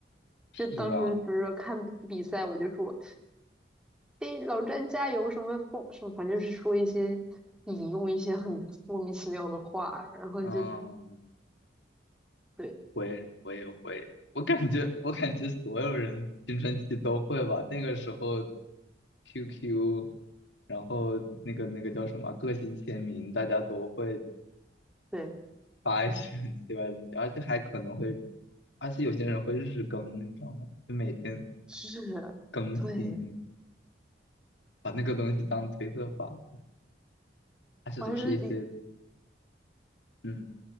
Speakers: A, on the left (about 80°); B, in the centre.
A: 是啊，
B: 就当时比如说看比比赛，我就说。对，老詹加油什么风什么，反正就是说一些引用一些很莫名其妙的话，然后就
A: 嗯，
B: 对
A: 会我也会，我感觉我感觉所有人青春期都会吧，那个时候 QQ。然后那个那个叫什么个性签名，大家都会
B: 对
A: 发一些很奇怪的东西，<laughs> 而且还可能会，而且有些人会日更，你知道吗？就每天
B: 是，
A: 更新，
B: 对，
A: 把那个东西当推特发，而且都是一些，
B: 我还是
A: 嗯，